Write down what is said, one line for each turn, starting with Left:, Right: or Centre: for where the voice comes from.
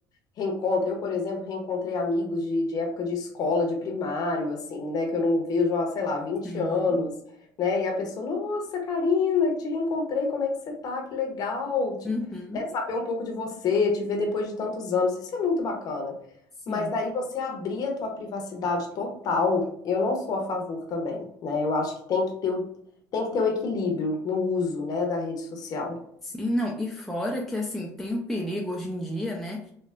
Left: reencontra. Eu, por exemplo, reencontrei amigos de, de época de escola, de primário, assim, né? Que eu não vejo há, sei lá, vinte
Centre: sim,
Left: anos, né? E a pessoa, nossa, Karina, te reencontrei, como é que você tá? Que legal, te,
Centre: uhum,
Left: né, saber um pouco de você, te ver depois de tantos anos. Isso é muito bacana.
Centre: sim.
Left: Mas daí você abrir a tua privacidade total, eu não sou a favor também, né? Eu acho que tem que ter o, tem que ter o equilíbrio no uso, né, da rede social.
Centre: Sim, não. E fora que, assim, tem o perigo hoje em dia, né?